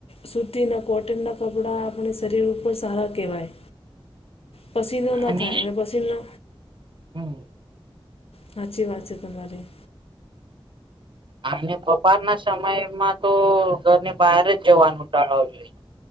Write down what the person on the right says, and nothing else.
અને
હમ
આમને બપાર ના સમયમાં તો ઘરની બહાર જ જવાનું. ટાળવું જોઈ.